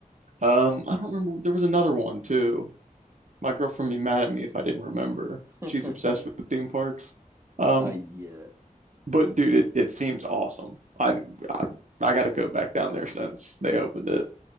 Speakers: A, on the right (about 60°); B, on the right (about 20°).
A: Um, I don't remember. There was another one too. My girlfriend would be mad at me if I didn't remember.
B: <laughs>
A: She's obsessed with theme parks. Um,
B: Uh, yeah.
A: but dude, it, it seems awesome. I, I I gotta go back down there since they opened it.